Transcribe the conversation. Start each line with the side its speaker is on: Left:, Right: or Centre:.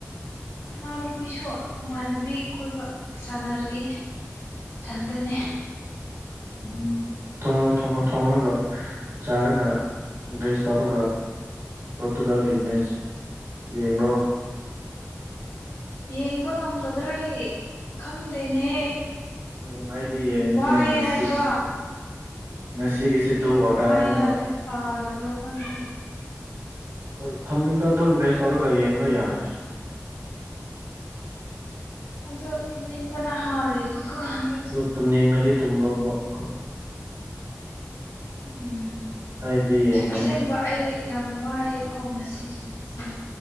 Left: ꯏꯅꯥꯎꯅꯨꯄꯤꯁꯨ ꯃꯃꯥꯟꯅꯕꯤ ꯈꯣꯏꯒ ꯁꯥꯟꯅꯔꯤ ꯊꯟꯗꯅ‌ꯦ
Right: ꯎꯝ ꯊꯣꯡꯔ‌ꯣ ꯊꯣꯡꯔ‌ꯣ ꯊꯣꯡꯔꯒ ꯆꯥꯔꯒ ꯗ꯭ꯔꯦꯁ ꯇꯧꯔꯒ ꯄꯣꯔꯇꯨꯒꯜꯒꯤ ꯃꯦꯁ ꯌꯦꯡꯑꯣ
Left: ꯌꯦꯡꯕ ꯉꯝꯒꯗ꯭ꯔꯑꯩ ꯈꯪꯗꯦꯅꯦ
Right: ꯎꯝ ꯑꯩꯗꯤ ꯌꯦꯡꯅꯤꯅꯦ
Left: ꯋꯥꯏ
Right: ꯉꯁꯤ
Left: ꯍꯥꯏꯕ
Right: ꯉꯁꯤꯒꯤꯁꯤ
Left: ꯃꯤꯅ
Right: ꯗꯨ ꯑꯣꯔ ꯗꯥꯏꯅꯦꯕ
Left: ꯋꯥꯏ ꯍꯥꯏꯕ ꯇꯥꯗꯕ꯭ꯔꯥ ꯈꯪꯗꯦ
Right: ꯍꯣꯏ ꯐꯃꯨꯡꯗ ꯑꯗꯨꯝ ꯕꯦꯁ ꯇꯧꯔꯒ ꯌꯦꯡꯕ ꯌꯥꯏ
Left: ꯑꯗꯣ ꯇꯨꯝꯅꯤꯡꯕꯅ ꯍꯥꯜꯂꯦ ꯥ <unintelligible>
Right: ꯑꯗꯣ ꯇꯨꯝꯅꯤꯡꯉꯗꯤ ꯇꯨꯝꯔꯣꯕ ꯀꯣ
Left: ꯎꯝ
Right: ꯑꯩꯗꯤ ꯌꯦꯡꯒꯅꯤ
Left: ꯑꯁꯦꯡꯕ ꯑꯩ ꯌꯥꯝ ꯋꯥꯏꯑꯦꯀꯣ ꯉꯁꯤꯁꯦ ꯑꯁꯦꯡꯕ